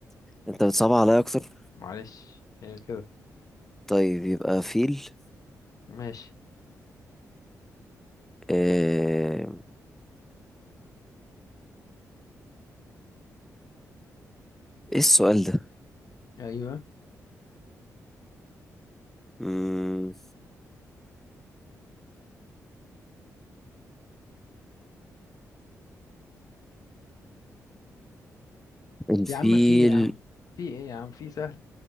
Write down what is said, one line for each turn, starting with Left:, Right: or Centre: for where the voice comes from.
Centre: انت بتصعب عليا اكتر
Left: معلش هي كده
Centre: طيب يبقى فيل
Left: ماشي
Centre: آه ايه السؤال ده
Left: أيوه
Centre: مم... الفيل
Left: يا عم في إيه يا عم في إيه يا عم في سهل